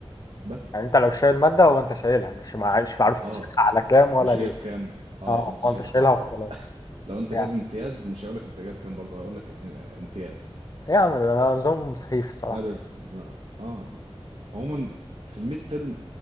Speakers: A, on the right; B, on the left.
A: بس
B: يعني انت لو شايل ماده هو انت شايلها مش مع... مش معروف أنت
A: اه
B: شايلها على كام ولا
A: مش
B: ليه
A: جايب كام اه
B: اه
A: انت شايلها
B: هو انت شايلها
A: وخلاص
B: وخلاص
A: <coughs> لو انت
B: يعني
A: جايب امتياز مش هيقولك انت جايب كام برضه هيقولك اه، امتياز
B: ايه يا عم ده أنا نظام سخيف الصراحه
A: عارف اه عموما في الميد ترم